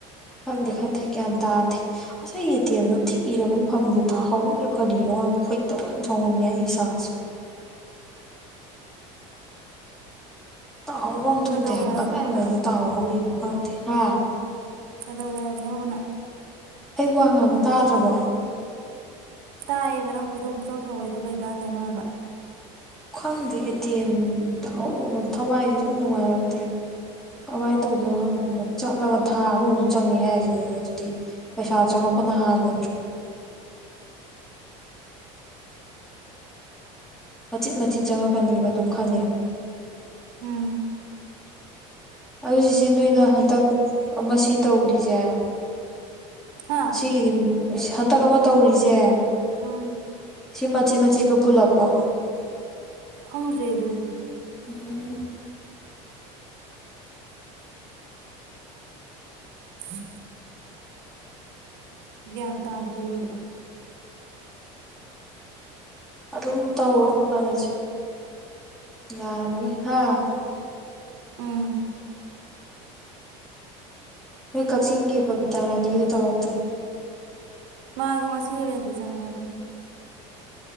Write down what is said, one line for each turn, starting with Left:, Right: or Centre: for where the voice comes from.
Centre: ꯈꯪꯗꯦ ꯈꯪꯗꯦ ꯒ꯭ꯌꯥꯟ ꯇꯥꯗꯦ ꯉꯁꯥꯏ ꯌꯦꯇꯦꯕꯗꯣ ꯊꯤꯛꯏꯔꯕꯗ ꯐꯪꯗꯦ ꯇꯥꯍꯧꯔ ꯐꯔꯣ ꯈꯣꯏꯅ ꯇꯧ ꯌꯥꯝ ꯁꯥꯎꯉꯝꯉꯦ ꯑꯩ ꯏꯁꯥꯁꯦ ꯇꯥꯍꯧꯕ ꯑꯃ ꯊꯣꯛꯇꯦ
Right: ꯀꯗꯧꯔꯦ
Centre: ꯍꯥꯏꯕ
Right: ꯍꯥꯏꯕꯅꯣꯕ
Centre: ꯀꯗꯥꯏꯋꯥꯏꯗ
Right: ꯅꯪ
Centre: ꯇꯥꯍꯧꯔꯤꯅꯣ ꯈꯪꯗꯦ ꯍꯥꯏ
Right: ꯀꯗꯧꯔꯦ ꯍꯥꯏꯕꯅꯣꯕꯅ
Centre: ꯑꯩ ꯋꯥ ꯉꯥꯡꯕ ꯇꯥꯗ꯭ꯔꯕꯣ
Right: ꯇꯥꯏꯌꯦꯕ ꯅꯪ ꯈꯣꯏꯗ ꯄꯨꯆꯧ ꯁꯧꯏꯗꯣ ꯀꯩ ꯀꯥꯟꯗꯩꯅꯣ ꯍꯥꯏꯕ
Centre: ꯈꯪꯗꯦ ꯑꯦ ꯇꯤ ꯑꯦꯝꯗ ꯊꯋꯥꯏꯗꯤ ꯁꯨꯝ ꯅꯨꯡꯉꯥꯏꯔꯛꯇꯦ ꯀꯃꯥꯏꯅ ꯇꯧꯗꯣꯏꯅꯣ ꯍꯧꯪꯗꯦꯅ ꯆꯠꯂꯒ ꯊꯥ ꯑꯃꯃꯝꯁꯨ ꯆꯪꯉꯦ ꯍꯥꯏꯁꯤꯗꯤ ꯑꯗꯨꯗꯤ ꯄꯩꯁꯥ ꯆꯪꯉꯄꯅ ꯍꯥꯕꯣ ꯃꯆꯤꯠ ꯃꯆꯤꯠ ꯆꯪꯉꯛꯀꯅꯤꯕ ꯑꯗꯨꯝ ꯈꯪꯉꯦꯕ
Right: ꯎꯝ
Centre: ꯑꯗꯨ ꯁꯤꯁꯦ ꯅꯣꯏꯅ ꯍꯟꯗꯛ ꯃꯁꯤ ꯇꯧꯔꯤꯁꯦ
Right: ꯍꯥ
Centre: ꯁꯤꯒꯤꯗꯤ ꯍꯟꯇꯛ ꯑꯃ ꯇꯧꯔꯤꯁꯦ
Right: ꯎꯝ
Centre: ꯁꯤ ꯃꯆꯦꯠ ꯃꯆꯦꯠꯂꯣ ꯄꯨꯜꯂꯞꯂꯣ
Right: ꯐꯪꯗ꯭ꯔꯦ ꯑꯗꯨ ꯑꯗꯨꯗꯤ
Centre: ꯑ
Right: ꯎꯝ ꯍꯦ ꯇ ꯑꯗꯨ꯭ꯔꯦ
Centre: ꯑꯗꯨꯝ ꯇꯧꯑꯣ ꯐꯪꯉꯁꯤ ꯌꯥꯔꯅꯤ ꯍꯥ
Right: ꯎꯝ
Centre: ꯅꯣꯏ ꯀꯛꯆꯤꯡꯒꯤ ꯕꯕꯤꯇꯥ ꯔꯥꯅꯤꯗꯨ ꯇꯧꯔꯛꯇ꯭ꯔꯦ
Right: ꯃꯥꯗꯣ ꯉꯁꯤ ꯍ ꯔꯦꯟꯗ ꯆꯪꯉꯦ ꯍꯥꯏꯕꯅꯤ